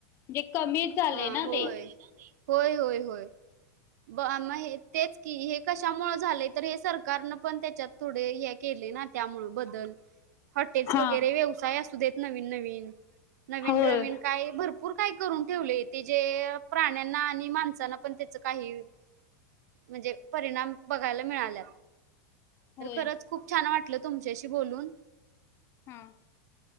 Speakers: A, on the left (about 30°); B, on the right (about 70°).
A: म्हणजे कमीच झालेय
B: हा
A: ना
B: होय
A: ते.
B: होय होय होय. ब म हे तेच की हे कशामुंळ झालंय तर हे सरकारनं पण त्याच्यात थोडे हे केले ना त्यामुळे बदल हॉटेल्स
A: हा
B: वगैरे व्यवसाय असुदेत नवीन नवीन नवीन
A: होय
B: रवीन काय भर भरपूर काय करून ठेवलंय ते जे प्राण्यांना आणि माणसांला पण तेच काही म्हणजे परिणाम बघायला मिळाल्या
A: होय
B: तर खरच. खूप छान वाटलं तुमच्याशी बोलून.
A: हां.